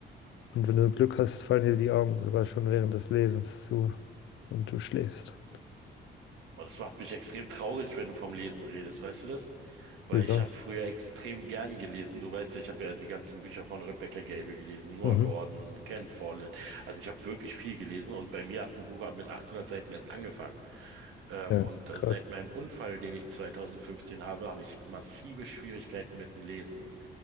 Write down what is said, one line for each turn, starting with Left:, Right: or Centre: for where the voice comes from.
Left: Und wenn du Glück hast, fallen dir die Augen sogar schon während des Lesens zu und du schläfst.
Right: oh, das macht mich extrem traurig, wenn du vom Lesen redest. Weißt du das? Weil
Left: Wieso?
Right: ich habe früher extrem gern gelesen. Du weißt ja, ich habe ja die ganzen Bücher von Rebecca Gable gelesen, Noah
Left: Mhm.
Right: Gordon, Ken Follett. Also ich habe wirklich viel gelesen und bei mir hat ein Buch mit 800 Seiten erst angefangen. Ähm,
Left: Ja,
Right: und äh,
Left: krass.
Right: seit meinem Unfall, den ich 2015 habe, habe ich massive Schwierigkeiten mit dem Lesen.